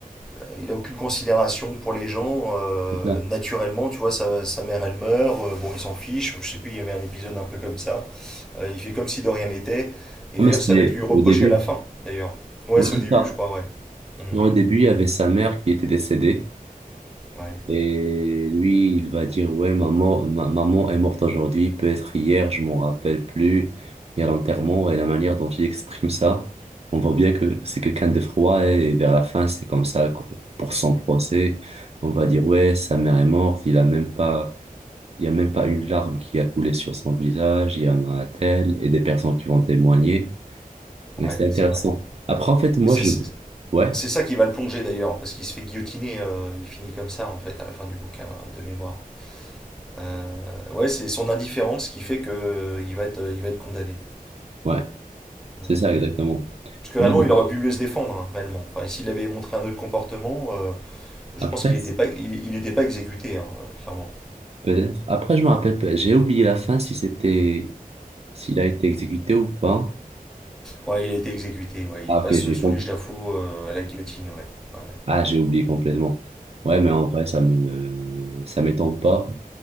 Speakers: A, in the centre; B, on the right.
A: euh, il a aucune considération pour les gens. euh,
B: C'est ça.
A: naturellement, tu vois, sa, sa mère, elle meurt. euh, bon, il s'en fiche. Je sais plus, il y avait un épisode un peu comme ça. Euh, il fait comme si de rien n'était. Et
B: Non,
A: d'ailleurs,
B: mais c'était
A: ça va être lui reproché
B: au début.
A: à la fin, d'ailleurs. Ouais,
B: Ouais,
A: c'est
B: c'est
A: au début,
B: ça.
A: je crois, ouais. Mm,
B: Non, Au début, il y avait sa mère qui était décédée.
A: ouais,
B: Et lui, il va dire, ouais, maman, ma- maman est morte aujourd'hui, peut-être hier, je m'en rappelle plus. Il y a l'enterrement et la manière dont il exprime ça, on voit bien que c'est quelqu'un de froid et vers la fin, c'est comme ça qu- pour son procès. On va dire, ouais, sa mère est morte, il a même pas, il y a même pas une larme qui a coulé sur son visage, il y a un tel et des personnes qui vont témoigner. Mais
A: ouais,
B: c'est intéressant.
A: c'est vrai.
B: Après, en fait, moi,
A: Et c'est
B: je, ouais,
A: c'est ça qui va le plonger, d'ailleurs, parce qu'il se fait guillotiner. euh, il finit comme ça, en fait, à la fin du bouquin, euh, de mémoire. Euh, ouais, c'est son indifférence qui fait que euh, il va être, euh, il va être condamné.
B: ouais,
A: Mm.
B: c'est ça exactement.
A: Parce que
B: Ouais,
A: réellement,
B: mais
A: il aurait pu mieux se défendre, hein, réellement. Enfin, s'il avait montré un autre comportement, euh, je
B: après,
A: pense qu'il n'était pas, il, il était pas exécuté, hein, euh, clairement.
B: Peut-être. Après, je me rappelle, pas. j'ai oublié la fin si c'était, s'il a été exécuté ou pas.
A: Ouais, il a été exécuté, ouais.
B: Ah,
A: Il passe
B: ok, j'ai
A: sous
B: compris
A: l'échafaud euh, à la guillotine, ouais. Ouais,
B: Ah, j'ai oublié complètement. Ouais, mais en vrai, ça me, ça m'étonne pas.